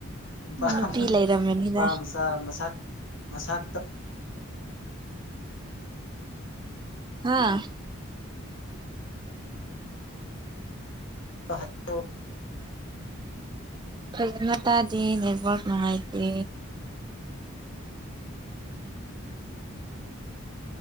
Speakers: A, on the left; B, on the right.
A: ꯅꯨꯄꯥ
B: ꯅꯨꯄꯤ ꯂꯩꯔꯝꯃꯅꯤꯗ
A: ꯅꯨꯄꯥ ꯃꯆꯥ ꯃꯁ ꯃꯁꯇ
B: ꯍꯥꯥ
A: <unintelligible>
B: ꯐꯖ ꯃꯇꯇꯥꯥꯗꯤ ꯅꯦꯠꯋꯔꯛ ꯅꯨꯡꯉꯥꯏꯇꯦ